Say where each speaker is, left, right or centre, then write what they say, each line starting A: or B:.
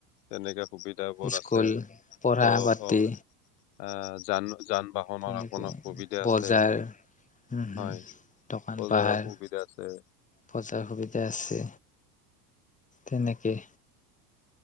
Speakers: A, on the left; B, on the left.
A: এনেকা সুবিধা বোৰ
B: স্কুল
A: আছে
B: পঢ়া
A: ত'
B: পাতি
A: অ আ যান, যান বাহনৰ
B: তেনেকে
A: আপোনাৰ সুবিধা আছে।
B: বজাৰ উম হম
A: হয়
B: দোকান
A: বজাৰৰ
B: পাহাৰ
A: সুবিধা আছে।
B: বজাৰ সুবিধা আছে তেনেকে